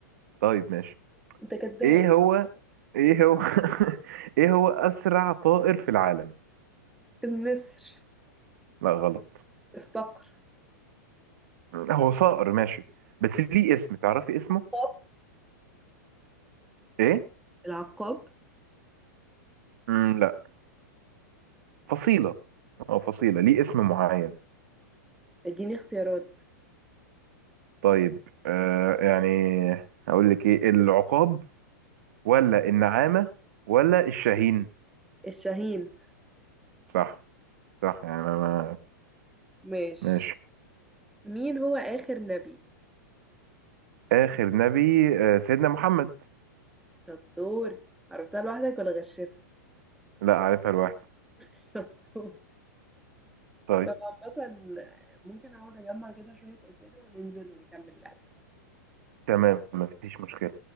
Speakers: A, on the right; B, in the centre.
A: طيب ماشي
B: انت كذاب
A: ايه هو ايه هو <laughs> ايه هو اسرع طائر في العالم
B: النسر
A: لا غلط
B: الصقر
A: هو صقر ماشي بس ليه اسم تعرفي اسمه
B: العقاب
A: ايه
B: العقاب
A: مم لا فصيلة اه فصيلة ليه اسم معين
B: اديني اختيارات
A: طيب آه يعني هقول لك ايه العقاب ولا النعامة ولا الشاهين
B: الشاهين
A: صح صح يعني ما ما-
B: ماشي
A: ماشي
B: مين هو آخر نبي
A: آخر نبي آه سيدنا محمد
B: شطور عرفتها لوحدك ولا غشيتك
A: لا عارفها لوحدي
B: <laughs> شطور
A: طيب
B: طب عامة ممكن اقعد اجمع كده شوية أسئلة وننزل نكمل لعب
A: تمام مفيش مشكلة